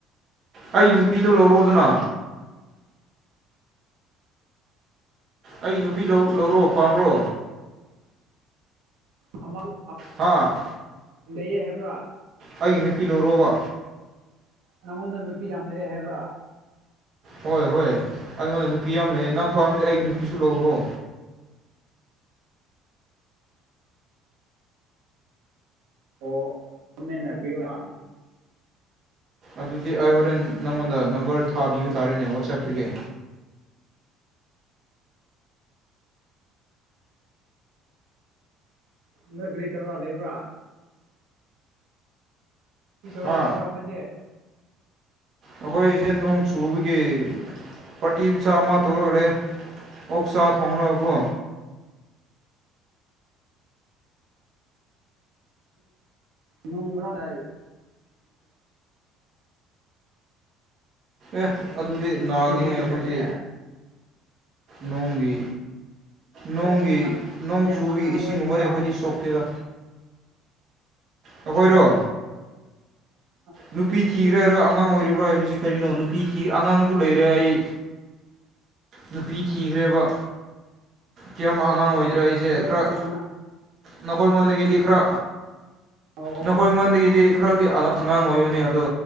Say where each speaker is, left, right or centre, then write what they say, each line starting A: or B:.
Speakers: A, on the right (about 40°); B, on the right (about 75°).
A: ꯑꯩ ꯅꯨꯄꯤꯗꯨꯣ ꯂꯧꯔꯣꯗꯅ ꯑꯩ ꯅꯨꯄꯤ ꯂꯧ ꯂꯧꯔꯣ ꯄꯥꯝ꯭ꯔꯣ
B: ꯑꯁ ꯑ ꯃꯗꯨ
A: ꯍꯥ
B: ꯂꯩꯌꯦ ꯍꯥꯏꯕ꯭ꯔꯥ
A: ꯑꯩꯒꯤ ꯅꯨꯄꯤ ꯂꯧꯣꯔꯣꯕ
B: ꯅꯪꯉꯣꯟꯗ ꯅꯨꯄꯤ ꯌꯥꯝ ꯂꯩꯦ ꯍꯥꯏꯕ꯭ꯔꯥ
A: ꯍꯣꯏ ꯍꯣꯏ ꯑꯩꯉꯣꯟꯗ ꯅꯨꯄꯤ ꯑꯃ ꯂꯩꯦ ꯅꯪ ꯄꯥꯝꯗꯤ ꯑꯩꯒꯤ ꯅꯨꯄꯤꯁꯨ ꯂꯧꯔꯣ
B: ꯑꯣ ꯇꯃꯦꯟꯅ ꯄꯤꯔꯣꯑꯣ
A: ꯑꯗꯨꯗꯤ ꯑꯩ ꯍꯣꯔꯦꯟ ꯅꯪꯉꯣꯟꯗ ꯅꯝꯕꯔ ꯊꯥꯕꯤꯕ ꯇꯥꯔꯦꯅꯦ ꯋꯥꯆꯦꯞꯇꯒꯤ
B: ꯅ ꯀꯔꯤ ꯇꯧꯔ ꯂꯩꯕ꯭ꯔꯥ ꯀꯨꯏꯗꯧꯔꯥ
A: ꯍꯥ
B: ꯂꯩꯕ꯭ꯔꯥ ꯅꯣꯏꯗꯤ
A: ꯑꯩꯈꯣꯏꯁꯦ ꯅꯣꯡ ꯆꯨꯕꯒꯤ ꯄꯥꯔꯇꯤ ꯃꯆꯥ ꯑꯃ ꯇꯧꯔꯛꯂꯦ ꯑꯣꯛꯁꯥ ꯊꯣꯡꯅꯀꯣ
B: ꯅꯣꯡꯣꯡꯕ꯭ꯔ ꯑ
A: ꯑꯦ ꯑꯗꯨꯗꯤ ꯅꯥꯒꯅꯤꯍꯦ
B: ꯑꯗꯨꯒꯨꯝꯕꯗꯤ
A: ꯑꯩꯈꯣꯏꯗꯤ
B: ꯆꯥꯗꯦ
A: ꯅꯣꯡꯒꯤ ꯅꯣꯡꯒꯤ
B: ꯅꯣꯏ
A: ꯅꯣꯡ
B: ꯌꯥꯝ
A: ꯆꯨꯕꯤ
B: ꯑꯉꯥꯡ
A: ꯏꯁꯤꯡꯒꯨꯝꯕꯗꯤ
B: ꯑꯣꯏꯔꯤꯕ꯭ꯔꯣ
A: ꯑꯩꯈꯣꯏꯗꯤ ꯁꯣꯛꯇꯦꯗ ꯑꯩꯈꯣꯏꯔꯣ
B: ꯑ
A: ꯅꯨꯄꯤ ꯊꯤꯔ ꯑꯉꯥꯡ ꯑꯣꯏꯔꯤꯕ꯭ꯔꯥ ꯍꯥꯏꯕꯁꯤ ꯀꯔꯤꯅꯣ ꯅꯨꯄꯤ ꯑꯉꯥꯡꯁꯨ ꯂꯩꯔꯦ ꯑꯩ ꯅꯨꯄꯤ ꯊꯤꯈ꯭ꯔꯦꯕ ꯀꯌꯥꯝ ꯑꯉꯥꯡ ꯑꯣꯏ ꯗ꯭ꯔ ꯑꯩꯁꯦ
B: ꯑꯣ
A: ꯈ꯭ꯔꯛ
B: ꯑꯣ ꯑꯉꯥꯡ
A: ꯅꯈꯣꯏ ꯑꯩꯉꯣꯟꯗꯒꯤꯗꯤ ꯈꯔ
B: ꯑꯣ ꯑꯣ
A: ꯅꯈꯣꯏ ꯑꯩꯉꯣꯟꯗꯒꯤꯗꯤ ꯈꯔꯗꯤ ꯑꯉꯥꯡ ꯑꯣꯏꯕꯅꯤ
B: ꯑꯣ
A: ꯑꯗꯣ